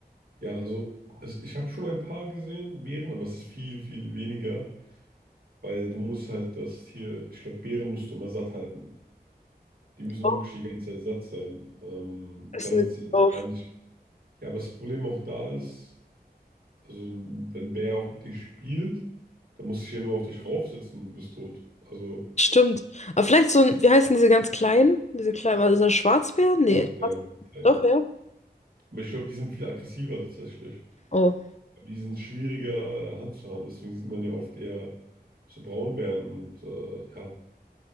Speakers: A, on the right; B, on the left.
A: ja, also es, ich habe schon ein paar gesehen, Bären, aber es ist viel, viel weniger, weil du musst halt das Tier, ich glaube, Bären musst du immer satt halten. Die müssen
B: Oh,
A: wirklich die ganze Zeit satt sein, ähm,
B: Essen
A: damit
B: ist
A: sie uns
B: drauf.
A: gar nicht. Ja, aber das Problem auch da ist, also wenn ein Bär auch mit dir spielt, dann muss ich ja nur auf dich raufsetzen und du bist tot. Also.
B: Stimmt. Aber vielleicht so ein, wie heißen diese ganz kleinen? Diese kleinen, was ist das, Schwarzbären?
A: Schwarzbären,
B: Nee. Schwarz-
A: klein.
B: Doch, ja.
A: Aber ich glaube, die sind viel aggressiver tatsächlich.
B: Oh.
A: Die sind schwieriger äh, Hand zu haben. Deswegen sieht man ja oft eher so Braunbären und äh, ja.